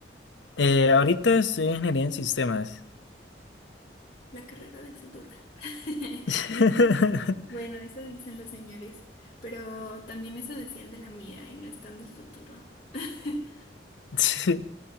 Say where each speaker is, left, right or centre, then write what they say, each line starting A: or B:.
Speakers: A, on the left; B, on the left.
A: Eh, ahorita estoy en ingeniería en sistemas.
B: La carrera del futuro. <laughs>
A: <laughs>
B: Bueno, eso dicen los señores, pero también eso decían de la mía y no están del futuro. <laughs>
A: Sí,